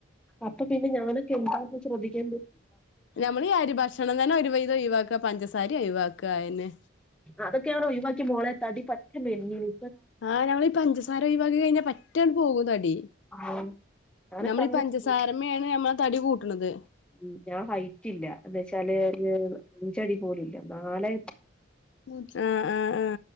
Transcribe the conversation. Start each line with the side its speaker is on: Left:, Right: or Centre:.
Centre: അപ്പം പിന്നെ ഞാനൊക്കെ എന്താന്ന് വെച്ചാ ശ്രദ്ധിക്കേണ്ടെ
Left: ഞമ്മളീ അരിഭക്ഷണം തന്നെ ഒരു വൈതം ഒഴിവാക്കാ പഞ്ചസാരയും ഒഴിവാക്കാ അയന്നെ
Centre: അതൊക്കെ ഞാന് ഒഴിവാക്കിമോളെ തടി പറ്റെ മെലഞ്ഞിണ്
Left: ആ ഞങ്ങളീ പഞ്ചസാര ഒഴിവാക്കികഴിഞ്ഞാ പറ്റാണ്ട് പോവും തടി
Centre: <inaudible> ഞാനിപ്പോ
Left: നമ്മളീ
Centre: അങ്ങനെ
Left: പഞ്ചസാരമ്മെയാണ്
Centre: ചെയ്യും.
Left: നമ്മളെതടികൂട്ടണത്
Centre: ഉം ഞാൻ ഹൈറ്റില്ല എന്നു വെച്ചാല് ഒരു അഞ്ചടി പോലും ഇല്ല നാലെ
Left: പൂച്ചാ ആ ആ ആ